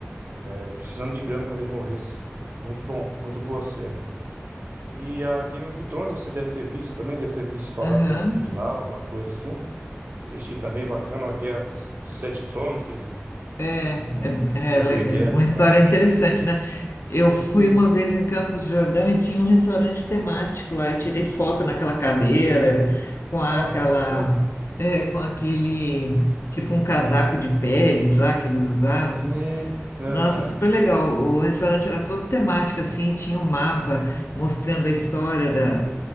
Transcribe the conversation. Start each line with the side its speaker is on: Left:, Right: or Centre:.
Right: eh, precisando de grana quando ele morresse. Muito bom, muito boa série. E a Game of Thrones você deve ter visto, também deve ter visto falar,
Left: Aham.
Right: teve do final, alguma coisa assim. Assisti também, bacana, a Guerra dos, dos Sete Tronos, que eles,
Left: É,
Right: que eles
Left: é,
Right: entram
Left: é
Right: em guerra
Left: le- uma
Right: pra...
Left: história interessante, né? Eu fui
Right: Sim,
Left: uma vez em Campos do Jordão e tinha um restaurante temático lá. Eu tirei foto naquela cadeira, com aquela,
Right: nossa, que bacana.
Left: é, com aquele, tipo um casaco de peles lá que eles usavam.
Right: Sim, aham.
Left: Nossa, super legal. O restaurante era todo temático assim, tinha um mapa mostrando a história da,